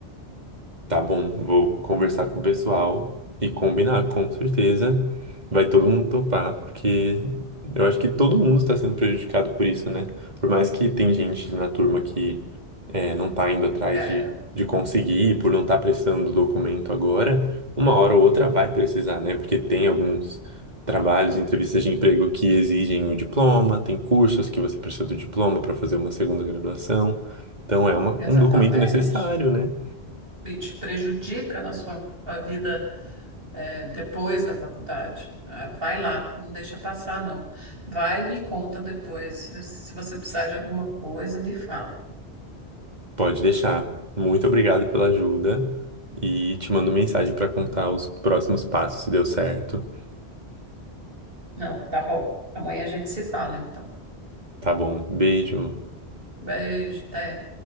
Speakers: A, on the right (about 40°); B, on the right (about 60°).
A: Tá bom, vou conversar com o pessoal e combinar, com certeza. Vai todo mundo topar, porque eu acho que todo mundo está sendo prejudicado por isso, né? Por mais que tem gente na turma que é, não tá indo atrás
B: É,
A: de, de conseguir, por não estar precisando do documento agora, uma hora ou outra vai precisar, né? Porque tem alguns trabalhos, entrevistas de emprego que exigem o diploma, tem cursos que você precisa do diploma para fazer uma segunda graduação. Então é uma-
B: exatamente.
A: um documento necessário, né?
B: E te prejudica na sua vida é, depois da faculdade. Ah, Vai lá, não deixa passar, não. Vai e me conta depois. Se se você precisar de alguma coisa, me fala.
A: Pode deixar. Muito obrigado pela ajuda e te mando mensagem para contar os próximos passos, se deu certo.
B: Não, tá bom. Amanhã a gente se fala, então.
A: Tá bom. Beijo.
B: Beijo, até.